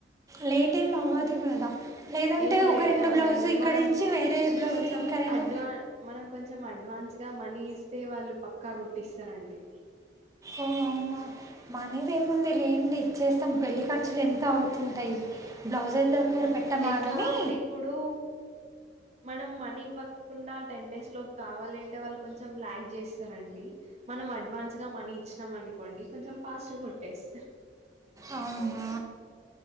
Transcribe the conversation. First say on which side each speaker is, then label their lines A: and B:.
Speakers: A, on the right; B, on the right.
A: లేట్ ఏం అవ్వదు కదా? లేదంటే
B: ఏం లేట్
A: ఒక రెండు
B: అవ్వదండి
A: బ్లౌజ్ ఇక్కడ
B: మనం
A: ఇచ్చి వేరే బ్లౌజ్
B: కొంచెం
A: ఇంకా రెండు
B: అడ్వా మనం కొంచెం అడ్ అడ్వాన్స్గా మనీ ఇస్తే వాళ్ళు పక్కా కుట్టిస్తరండి.
A: ఓ అవునా మనీదేముంది లేండి ఇచ్చేస్ మొత్తం పెళ్లి ఖర్చులు ఎంతో అవుతుంటయి. బ్లౌజుల్ దగ్గర పెట్టమా
B: ఎట్లా
A: గనీ
B: అంటే ఇప్పుడు మనం మనీ ఇవ్వకుండా టెన్ డేస్ లోపు కావాలి అంటే వాళ్ళు కొంచెం లాగ్ చేస్తరండి మనం అడ్వాన్స్గా మనీ ఇచ్చినాం అనుకోండి కొంచెం ఫాస్ట్ గా కుట్టేస్
A: అవ్ నా